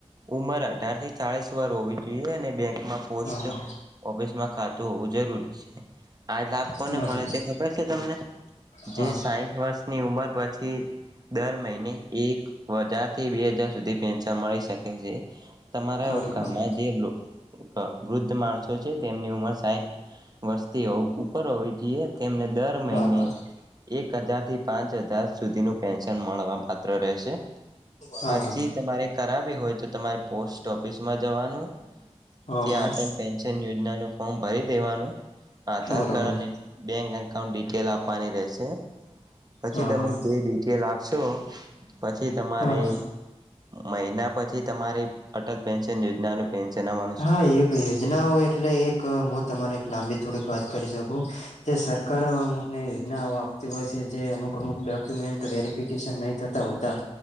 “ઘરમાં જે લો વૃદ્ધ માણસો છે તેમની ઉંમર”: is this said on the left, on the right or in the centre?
Right